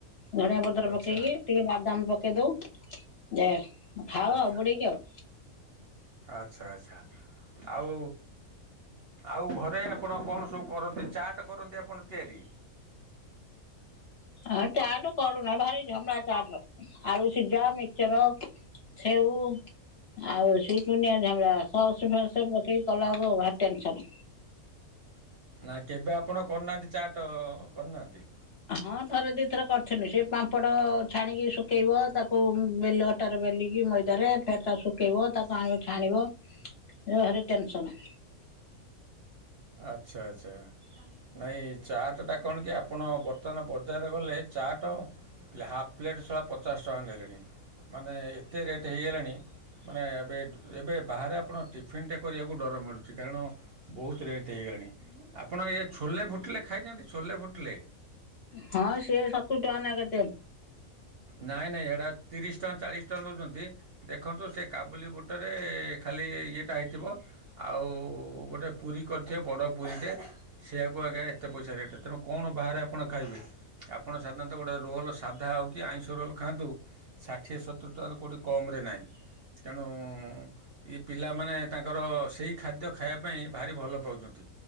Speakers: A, on the left (about 55°); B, on the right (about 55°).
A: ଧଣିଆ ପ
B: ଆଚ୍ଛା
A: ପକେଇକି ଟିକେ ବାଦାମ ପକେଇ ଦଉ ଯେ ଖାଅ
B: ଆଚ୍ଛା
A: ଆଉ ବୁଡେଇକି ଆଉ।
B: ଆଚ୍ଛା ଆଚ୍ଛା ଆଉ। ଆଉ ଆଉ ଘରେ ଆପଣ କଣ ସବୁ କରନ୍ତି ଚାଟ୍ କରନ୍ତି ଆପଣ ତିଆରି।
A: ହାଁ ଚାଟ କରୁନା ଭାରି ଝାମଡା ଚାଟ ର ଆଳୁ ସିଝା ମିଚର। ସେଉ ଆଉ ସେ ଦୁନିଆ ଝାମେଲା। ସସ ଫସ ପକେଇ କଲାବେଳକୁ ଭାରି ଟେନସନ।
B: ନା କେବେ ଆପଣ କରିନାହାନ୍ତି ଚାଟ୍ କରିନାହାନ୍ତି।
A: ହଁ ଥରେ ଦି ଥର କରିଥିନି ସେ ପାମ୍ପଡ଼ ଛାଣିକି ଶୁଖେଇବ ତାକୁ ବେଲ। ତାର ବେଲିକି ମଇଦାରେ ଫେରେ ତାକୁ ଶୁଖେଇବ ତାକୁ ଆଣିବ ଛାଣିବ ଏ ଭାରି ଟେନସନ।
B: ଆଚ୍ଛା ଆଚ୍ଛା ନାଇଁ ଚାଟ୍ ଟା କଣ କି ଆପଣ। ବର୍ତ୍ତମାନ ପଜାର ଗଲେ ଚାଟ ହାଫ୍ ପ୍ଲେଟ୍ ସଳା ପଚାଶ ଟଙ୍କା ନେଲେଣି। ମାନେ ଏତେ ରେଟ୍ ହେଇଗଲାଣି। ମାନେ ଏବେ ଏବେ ବାହାରେ ଆପଣ ଟିଫିନ୍ ଟେ କରିବାକୁ ଡର ମାଡୁଛି କାରଣ ବହୁତ ରେଟ୍। ହେଇଗଲାଣି ଆପଣ ଏ ଛୋଲେ ଭୁଟିଲେ ଖାଇଥାନ୍ତି ଛୋଲେ ଭୁଟିଲେ।
A: ହଁ ସିଏ ସତୁୁରି ଟଙ୍କା ନା କେତେ?
B: ନାଇଁ ନାଇଁ ଏଇଟା ତିରିଶି ଟଙ୍କା ଚାଳିଶି ଟଙ୍କା ନଉଛନ୍ତି। ଦେଖନ୍ତୁ ସେ କାବୁଲି ବୁଟରେ ଖାଲି ଇଏଟା ହେଇଥିବ। ଆଉ ଗୋଟେ ପୁରୀ କରିଥିବେ ବଡ ପୁରୀଟେ। ସେଆକୁ ଆଜ୍ଞା ଏତେ ପଇସା ରେଟ୍ ତେଣୁ କଣ ବାହାରେ ଆପଣ ଖାଇବେ? ଆପଣ ଚାଲନ୍ତୁ ଗୋଟେ ରୋଲ୍ ସାଧା ଆଉ। କି ଆଇଁଷ ରୋଲ୍ ଖାଆନ୍ତୁ ଷାଠିଏ ସତୁରି ଟଙ୍କାରୁ କୋଉଠି କମରେ ନାହିଁ ତେଣୁ। ଏଇ ପିଲାମାନେ ତାଙ୍କର ସେଇ ଖାଦ୍ୟ ଖାଇବା ପାଇଁ ଭାରି ଭଲ ପାଉଛନ୍ତି।